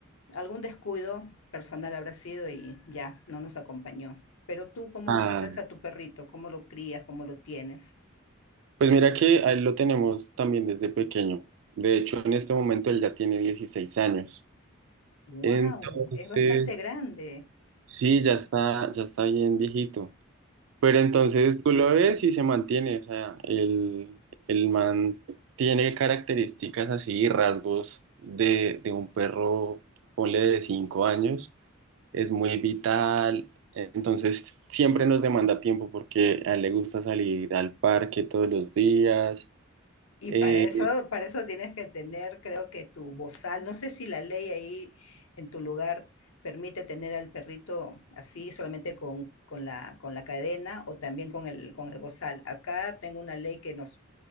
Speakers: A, on the left (about 75°); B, on the right (about 65°).
A: Algún descuido personal habrá sido y ya, no nos acompañó. Pero tú, ¿cómo
B: Ah,
A: tratas a tu perrito? ¿Cómo lo crías? ¿Cómo lo tienes?
B: pues mira que a él lo tenemos también desde pequeño. De hecho, en este momento él ya tiene 16 años.
A: ¡Wow!
B: Entonces,
A: Es bastante grande.
B: sí, ya está, ya está bien viejito. Pero entonces tú lo ves y se mantiene. O sea, el, el man tiene características así, rasgos de, de un perro, ponle de 5 años. es muy vital, eh, entonces siempre nos demanda tiempo porque a él le gusta salir al parque todos los días.
A: Y
B: Eh,
A: para eso, para eso tienes que tener, creo que tu bozal. No sé si la ley ahí en tu lugar permite tener al perrito así, solamente con, con la, con la cadena o también con el, con el bozal. Acá tengo una ley que nos